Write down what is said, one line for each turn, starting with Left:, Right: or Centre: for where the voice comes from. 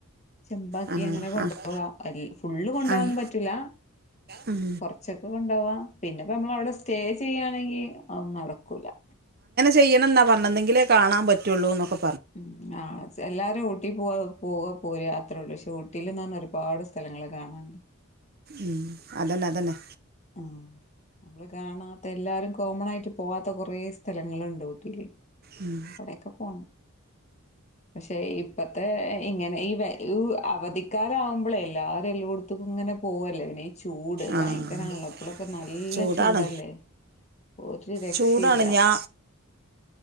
Left: ചെമ്പാക്കി
Right: ആഹ്
Left: അങ്ങനെ കൊണ്ട്
Right: ആഹ്
Left: പോവാ എൽ ഫുള്ള് കൊണ്ടോവാന്നും
Right: ആഹ്
Left: പറ്റൂല
Right: ഉം
Left: കൊറച്ചൊക്കെ കൊണ്ടോവാ പിന്നെപ്പോ നമ്മളവിടെ സ്റ്റേ ചെയ്യാണെങ്കി അതൊന്നും നടക്കൂലാ
Right: ചെയ്യണംന്നാ പറഞ്ഞെന്നെങ്കിലെ കാണാൻ പറ്റുള്ളൂന്നൊക്കെ
Left: ഉം ആഹ് ജ് എല്ലാരൂ ട്ടി പോവാ പോവാ പോരാ അത്രേയുള്ളൂ പക്ഷേ ഊട്ടീലെന്നു പറഞ്ഞ ഒരുപാട് സ്ഥലങ്ങള് കാണാൻണ്ട്
Right: ഇം അതന്നെ അതന്നെ
Left: ആ നമ്മള് കാണാത്ത എല്ലാരും കോമൺ ആയിട്ട് പോവാത്ത കൊറേ സ്ഥലങ്ങളുണ്ട് ഊട്ടീല്
Right: ഉം
Left: അവിടേക്ക പോണം പക്ഷെ ഇപ്പത്തെ ഇങ്ങനെ ഈവെ ഈ അവധിക്കാലാവുമ്പോളേ എല്ലാരും എല്ലോടൊത്തും ഇങ്ങനെ പോവല്ലേ പിന്നീ ചൂട് ഭയങ്കരാണല്ലോ
Right: ആഹ്
Left: ഇപ്പളക്കെ നല്ല
Right: ചൂടാണ്
Left: ചൂടല്ലേ ഒരു രക്ഷയില്ല
Right: ചൂടാണ് ഞാ